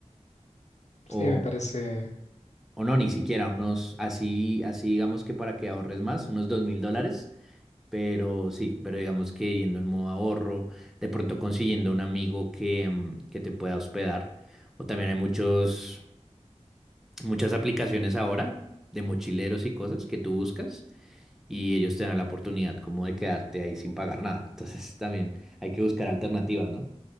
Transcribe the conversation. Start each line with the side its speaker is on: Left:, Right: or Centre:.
Centre: O,
Left: Sí, me parece.
Centre: o no, ni siquiera, unos así, así digamos que para que ahorres más, unos dos mil dólares. Pero sí, pero digamos que yendo en modo ahorro, de pronto consiguiendo un amigo que, mm, que te pueda hospedar. O también hay muchos, muchas aplicaciones ahora de mochileros y cosas que tú buscas y ellos te dan la oportunidad como de quedarte ahí sin pagar nada. Entonces también hay que buscar alternativas, ¿no?